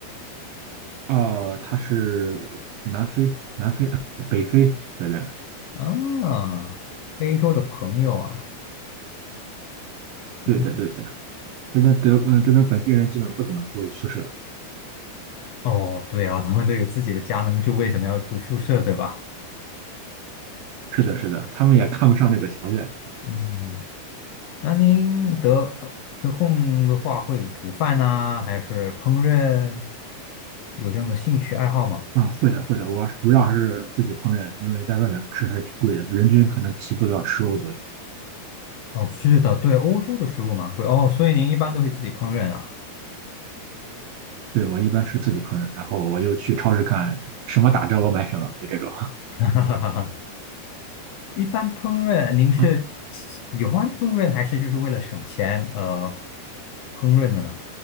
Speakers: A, on the right; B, on the left.
A: 呃，他是南非、北非的人，
B: 啊，非洲的朋友啊，
A: 对对对对。
B: 嗯，
A: 这边德，嗯，这边本地人基本不怎么住宿舍。
B: 哦，对啊，他们都有自己的家能住，为什么要住宿舍，对吧？
A: 是的，是的，他们也看不上这个条件
B: 嗯，那您得得空的话会煮饭呐，还是烹饪？有这样的兴趣爱好吗？
A: 啊。会的，会的，我主要还是自己烹饪，因为在外面吃还是挺贵的，人均可能起步都要十欧左右。
B: 哦，是的，对，欧洲的食物蛮贵哦，所以您一般都会自己烹饪啊？
A: 对，我一般是自己烹饪，然后我又去超市看什么打折我买什么，就这种。
B: <laughs> 一般烹饪，您是喜欢烹饪还是就是为了省钱呃
A: <laughs>
B: 烹饪的呢？